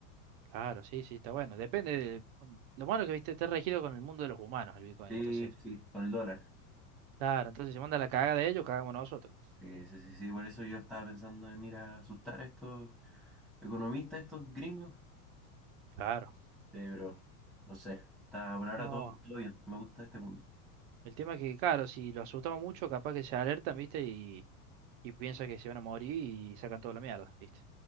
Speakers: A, on the right; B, in the centre.
A: Claro, sí, sí, está bueno. Depende de, lo malo es que viste, está regido con el mundo de los humanos el Bitcoin,
B: Sí,
A: entonces,
B: sí, con el dólar.
A: claro, entonces si se manda la cagada de ellos, cagamos nosotros.
B: Sí, sí, sí, sí. Por eso yo estaba pensando en ir a asustar a estos economistas, estos gringos. Sí,
A: Claro.
B: pero no sé. Está por ahora
A: No,
B: todo, todo bien. Me gusta este mundo.
A: el tema es que, claro, si lo asustamos mucho, capaz que se alertan, viste, y y piensa que se van a morir y sacan toda la mierda, ¿viste?